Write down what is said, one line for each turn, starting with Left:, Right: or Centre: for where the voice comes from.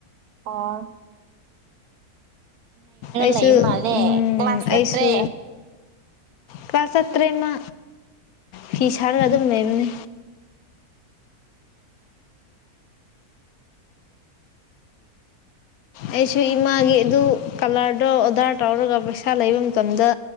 Right: ꯑꯥ
Left: ꯑꯩꯁꯨ
Right: ꯂꯩꯕ ꯃꯥꯜꯂꯦ
Left: ꯎꯝ
Right: ꯀ꯭ꯂꯥꯁ
Left: ꯑꯩꯁꯨ
Right: ꯆꯠꯇ꯭ꯔꯦ
Left: ꯀ꯭ꯂꯥꯁ ꯆꯠꯇꯔꯦ ꯃꯥ ꯐꯤ ꯁꯥꯔꯒ
Right: ꯎꯝ
Left: ꯑꯗꯨꯝ ꯂꯩꯕꯅꯦ ꯑꯩꯁꯨ ꯏꯃꯥꯒꯤ ꯑꯗꯨ ꯀꯂꯔꯗꯣ ꯑꯣꯗꯔ ꯇꯧꯔꯒ ꯄꯩꯁꯥ ꯂꯩꯕ ꯃꯇꯝꯗ